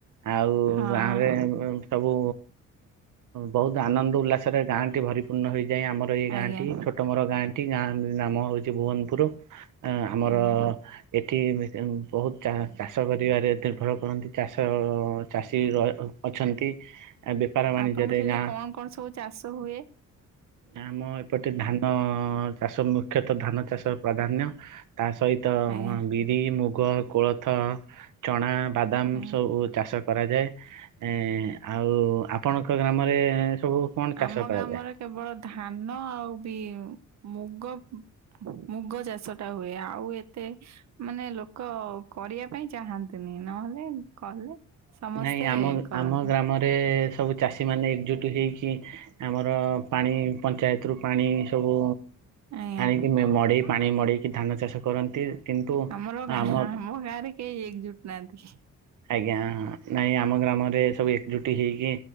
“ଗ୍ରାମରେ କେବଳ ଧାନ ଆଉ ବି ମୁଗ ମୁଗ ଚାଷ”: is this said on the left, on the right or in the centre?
Right